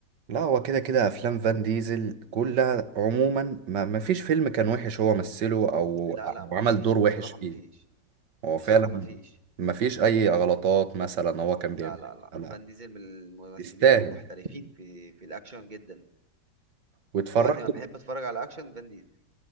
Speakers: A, on the right (about 75°); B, on the right (about 25°).
A: لا هو كده كده افلام فان ديزل كلها عموما ما ما فيش فيلم كان وحش هو مثله او
B: لا
A: أو
B: لا مفيش
A: عمل دور وحش
B: بصراحة
A: فيه
B: مفيش
A: هو
B: بصراحة
A: فعلا
B: مفيش
A: ما فيش اي غلطات مثلا هو كان
B: لا
A: بيعمل
B: لا لا
A: لا
B: فان ديزل من الممثلين
A: يستاهل
B: المحترفين في في الأكشن جدا
A: واتفرجت
B: وقت ما بحب أتفرج على أكشن فان ديزل